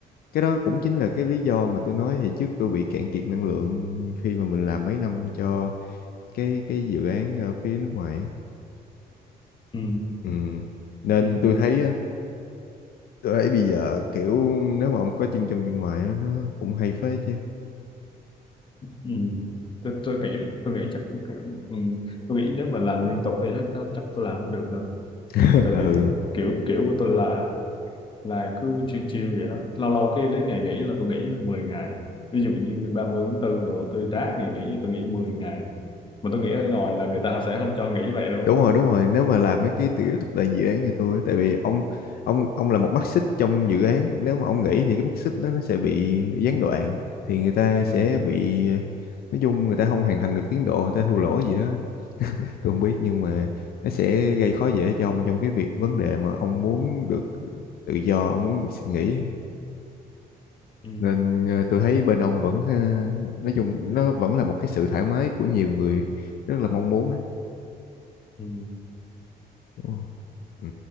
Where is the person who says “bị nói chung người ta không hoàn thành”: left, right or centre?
Left